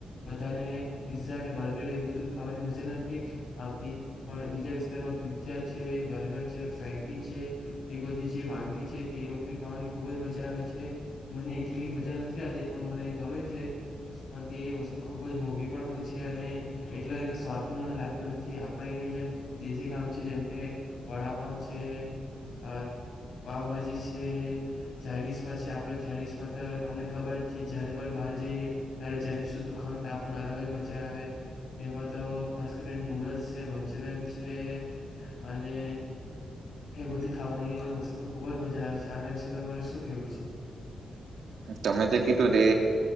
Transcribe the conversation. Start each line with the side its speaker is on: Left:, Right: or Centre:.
Left: બધાને પીઝઝા અનેને બર્ગર એવું બધું ખાવાની મજા નથી આવતી પણ બીજા વિસ્તારમાં પીઝા છે બર્ગર છે ફ્રેન્કી છે એ બધી જે વાનગી છે તે એ લોકોને ખાવાની ખૂબ જ મજા આવે છે મને એટલી મજા નથી આવતી પણ મને ગમે છે પણ તે વસ્તુ ખુબ જ મોંઘી પણ હોય છે અને એટલા એનો સ્વાદ તો મને લાગતો નથી આપણે અહીંયા જેમ દેશી ખાંડ ન છે જેમ કે વડાપાવ છે અ પાઉભાજી છે ચાઇનીઝમાં છે આપણે ચાઇનીઝમાં તો તમને ખબર જ છે જયારે પણ બહાર જઈએ ત્યારે ચાઇનીઝ તુ ખાનું તો આપણ અલગ જ મજા આવે તેમાં તો ખાસ કરીને નૂડલ્સ છે મંચુરિયન છે અને એ બધી ખાવાની વસ્તુ ખુબ જ મજા આવે છે આના વિશે તમારે શું કેવું છે
Right: તમે જે કીધું એ